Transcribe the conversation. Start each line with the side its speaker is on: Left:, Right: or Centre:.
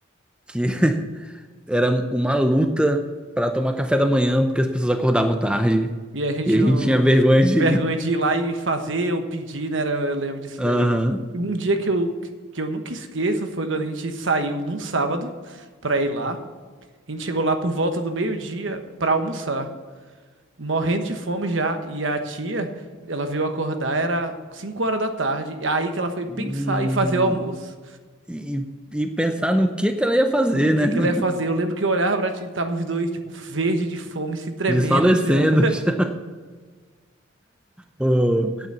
Centre: que <laughs> era uma luta pra tomar café da manhã, porque as pessoas acordavam tarde
Right: E a gente
Centre: e a
Right: não,
Centre: gente tinha vergonha
Right: não fica
Centre: de
Right: com vergonha
Centre: ir.
Right: de ir lá e fazer ou pedir, né? Era- Eu lembro disso
Centre: Aham.
Right: daí. E um dia que eu, que eu nunca esqueço foi quando a gente saiu num sábado pra ir lá. A gente chegou lá por volta do meio-dia pra almoçar, morrendo de fome já. E a tia, ela veio acordar, era 5 horas da tarde. E aí que ela foi pensar
Centre: Hum,
Right: em fazer o almoço.
Centre: E, e pensar no que que ela ia fazer,
Right: O
Centre: né?
Right: que
Centre: <laughs>
Right: que ela ia fazer? Eu lembro que eu olhava pra tia e tava os dois, tipo, verde de fome, se tremendo
Centre: Desfalecendo
Right: já.
Centre: já. O-